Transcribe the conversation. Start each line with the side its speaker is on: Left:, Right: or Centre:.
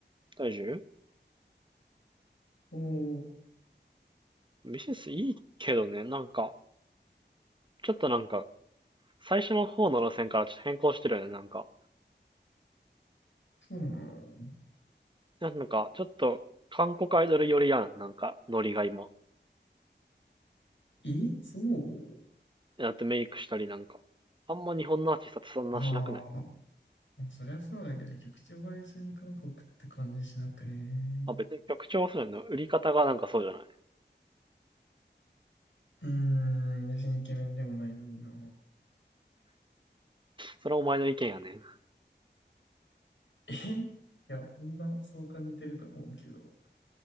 Right: 大丈夫
Left: おお、
Right: ミセスいいけどね、なんか、ちょっとなんか、最初の方の路線からちょっと変更してるよね、なんか。
Left: そうなの
Right: なんか、ちょっと、韓国アイドル寄りやん、なんか、ノリが今。
Left: え、そう
Right: だってメイクしたりなんか。あんま日本のアーティストってそんなしなくない
Left: ああー、そりゃそうだけど、曲調は一緒に韓国って感じしなくね。
Right: まあ別に曲調はそうじゃないの。売り方がなんかそうじゃない。
Left: うーん、別にイケメンでもないのにな。
Right: それはお前の意見やねん。
Left: えいや、みんなそう感じてると思うけど、